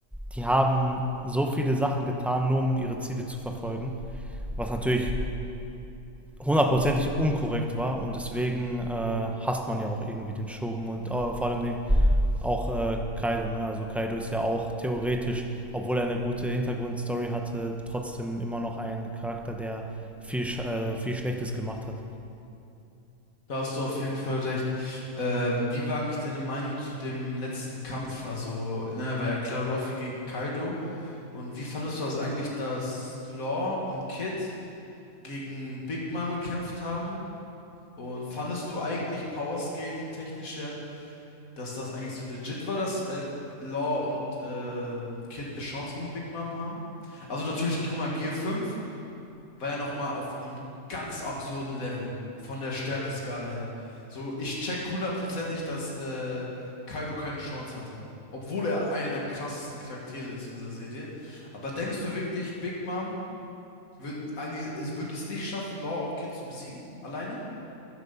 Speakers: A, in the centre; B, on the left (about 80°).
A: die haben so viele Sachen getan, nur um ihre Ziele zu verfolgen, was natürlich hundertprozentig unkorrekt war und deswegen äh, hasst man ja auch irgendwie den Shogun und äh, vor allem den auch äh, Kaido, ne? Also Kaido ist ja auch theoretisch, obwohl er eine gute Hintergrundstory hatte, trotzdem immer noch ein Charakter, der viel, äh, viel Schlechtes gemacht hat.
B: Da hast du auf jeden Fall recht. Ähm, wie war eigentlich deine Meinung zu dem letzten Kampf? Also, ne, war ja klar Ruffy gegen Kaido. Und wie fandest du das eigentlich, dass Law und Kid gegen Big Mom gekämpft haben? Und fandest du eigentlich Power Scaling technisch her dass das eigentlich so legit war, dass äh, Law und ähm, Kid eine Chance gegen Big Mom haben. Also natürlich, guck mal, Gear fünf war ja nochmal auf einem ganz absurden Level von der Stärkeskala her. So, ich check hundertprozentig, dass äh, Kaido keine Chance hatte. Obwohl er einer der krassesten Charaktere ist in dieser Serie. Aber denkst du wirklich, Big Mom wird eigentlich, es wird es nicht schaffen, Law und Kid zu besiegen? Alleine?